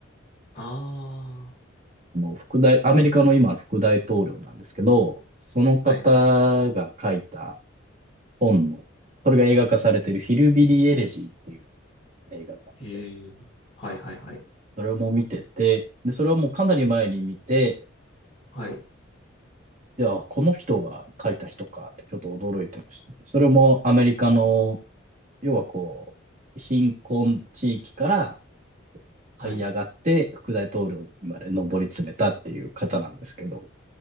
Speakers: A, on the left; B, on the right.
A: ああ。
B: 副大、アメリカの今の副大統領なんですけど、その方が書いた
A: はいはいはい。
B: 本の、それが映画化されているヒルビリー・エレジーっていう映画があって、
A: へえ。はいはいはい。
B: それも見てて、で、それをもうかなり前に見て、
A: はい。
B: いや、この人が書いた人かってちょっと驚いてましたね。それもアメリカの、要はこう、貧困地域から這い上がって副大統領にまで上り詰めたっていう方なんですけど、
A: はい。